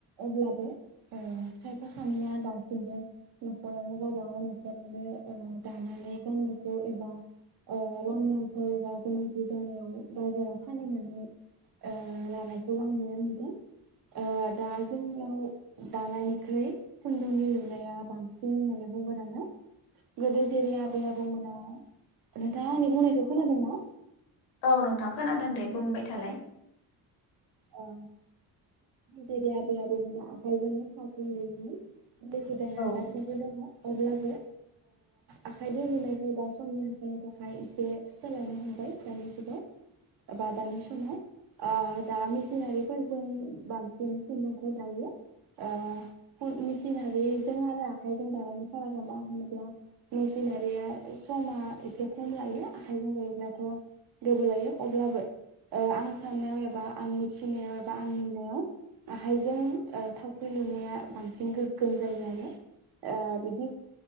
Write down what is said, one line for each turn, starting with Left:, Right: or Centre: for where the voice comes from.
Right: अब्लाबो खायफा खानायया दासिमबो न'खरावनो गबाङाव न'खरावनो दानानै गानायखौ एबा रांनिफोर आंखाल बा गोनांथि जानायाव बाजाराव फलिनानै लानायखौ आं नुनो मोनदों। दा जोंनियाव दानायनिख्रुइ खुन्दुंनि लुनाया बांसिन होननानै बुंगोन आंओ गोदो जेरै आबै आबौमोना नोंथाङा आंनि बुंनायखौ खोनादों ना?
Left: औ नोंथां खोनादों दे बुंबाय थालाय।
Right: औ। जेरै आबै आबौमोना आखाइजोंनो सोंगहोयु मोन। बे हुदाया
Left: औ
Right: दासिमबो दं। अब्लाबो आखाइ दगनायखौ दा समनि आंखायनि थाखाय एसे सोलायनो हमबाय दानि जुगाव बा दानि समाव अ दा मेसिनारिफोरजों बांसिन खुन्दुंखौ दायो मेसिनारिजों आरो आखाइजों दानायनि फारागा मा होनोब्ला मेसिनारिया समा एसे खम लायो आखाइजों दायोब्लाथ' गोबाव लायो अब्लाबो। आं साननायाव एबा आं मिथिनायाव एबा आं नुनायाव, आखाइजों थावख्रि लुनाया बांसिन गोगोम जायो। आरो बिदि